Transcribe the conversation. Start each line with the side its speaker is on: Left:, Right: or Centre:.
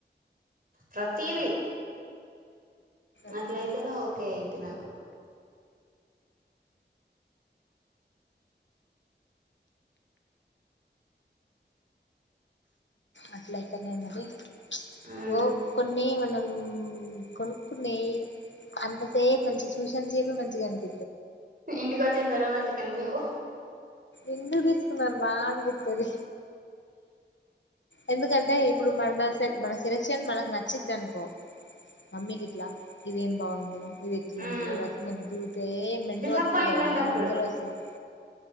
Right: ప్రతిది
Left: దాన్
Right: అట్లయితేనే ఆవకాయ్ తినాకు
Left: అట్ల అయితనేే మది
Right: మ్మ్
Left: ఓ కొన్ని మనం కొనుక్కునేయి అంతసేపు మంచి సూషన చెేపి మంచిగాంత
Right: ఇంటికి వచ్చింది తెలవారింది కేన్ వి వో
Left: ఎన్న తీసుకు మమ్ విట్టది ఎందుకంటే ఇప్పుడు మన మన సెలెక్షన్ మనకు నచ్చిది అనుకో మమ్మీకి ఇట్లా ఇదిేం బాగుంది ఇది ఎట్లు
Right: మ్మ్
Left: ఉంది అది అట్లాని తిరిగితే మంటలు
Right: డిసప్పాయింట్మెంట్
Left: వస్తుది కదా
Right: అప్పుడు
Left: వందరు వస్తుంది